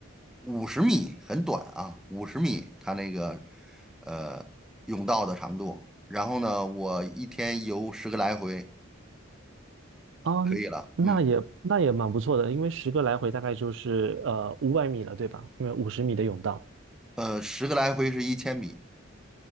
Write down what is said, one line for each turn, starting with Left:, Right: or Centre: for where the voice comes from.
Centre: 五十米，很短啊，五十米它那个呃泳道的长度。然后呢，我一天游十个来回，
Right: 啊，
Centre: 可以了。
Right: 那也那也蛮不错的，
Centre: 嗯，
Right: 因为十个来回大概就是呃五百米了，对吧？因为五十米的泳道，
Centre: 呃，十个来回是一千米。